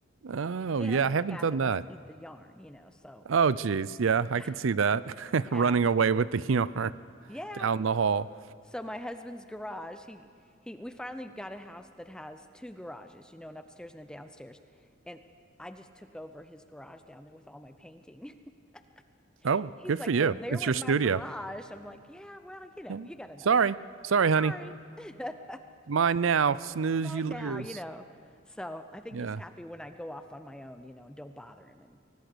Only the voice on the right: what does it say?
Oh,
yeah,
I haven't
done
that.
Oh, geez. Yeah,
I could see that. <laughs>
Running away with the yarn
<laughs> down the hall.
Oh,
good
for you.
It's
your studio.
Yeah.
Sorry.
Sorry, honey.
Mine now. Snooze,
you lose.
Yeah.